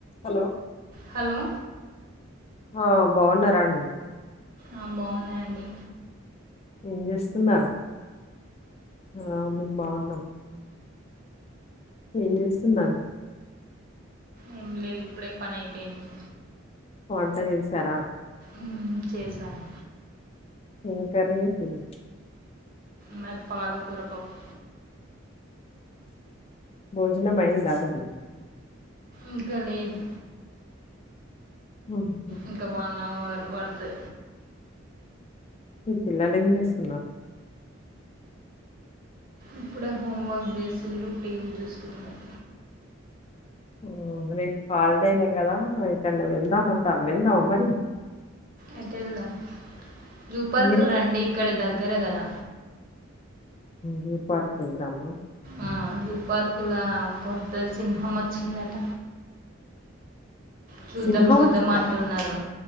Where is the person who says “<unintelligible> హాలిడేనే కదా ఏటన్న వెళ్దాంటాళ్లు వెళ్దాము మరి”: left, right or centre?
Left